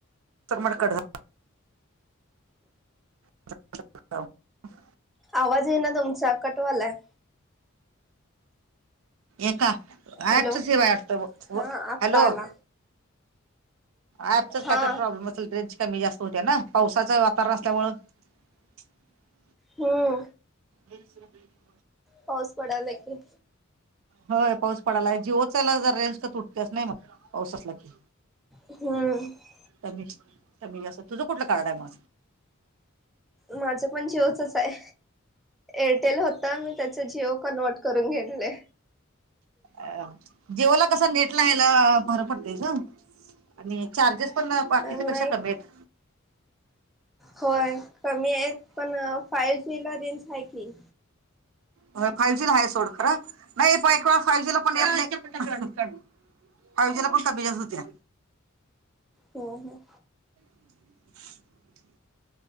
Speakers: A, on the right; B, in the centre.
A: तमट कढ <unintelligible>
B: आवाज ये ना तुमचा कट वालाय.
A: एका ऍपच
B: हॅलो
A: सेवात व
B: हा
A: हॅलो
B: आत्ता आला
A: ऍपचच
B: हा
A: काय तर प्रॉब्लेम असेल र्रेंज कमी जास्त होते ना पावसाचं वातावरण असल्यामुळ <unintelligible>
B: हूं
A: <inaudible>
B: पाऊस पडालय की,
A: होय पाऊस पडालाय जिओचालाग जरां रेंज तुटत्यास नाही मग पावस असला की
B: हम्म
A: कमी कमी जास्त तुझ कुठलं कार्ड हाय म
B: माझं पण जिओचच आहे एरटेल होत मी त्याच जिओ कन्वर्ट करून घेतलय.
A: अ जिओला कस नेटला हयाल बरं पडतय ग आणि चार्जेस पण बाकीच्या
B: नाही
A: पेक्षा कमी येत.
B: होय कमी आहेत पण फायव जी ला रेंज हाय की,
A: होय फ फायवजीला आहे सोड खर नाही पण एकेवेळ फायवजीला पण
B: हो
A: येत नाय पायवजीला पण कमी जास्त होत्या.
B: हो हं
A: <inaudible>